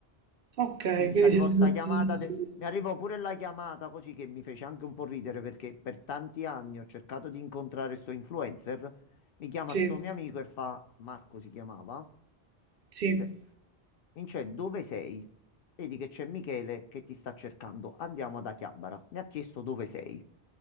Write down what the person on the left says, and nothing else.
Quindi
ci arrivò
sta
chiamata, de- mi arrivò pure la chiamata così che mi fece anche un po' ridere perché per tanti anni ho cercato di incontrare sto influencer. Mi chiama
sto mio amico e fa, Marco si chiamava,
disse, Vince, dove sei? Vedi che c'è Michele che ti sta cercando, andiamo da Chiabara. Mi ha chiesto dove sei.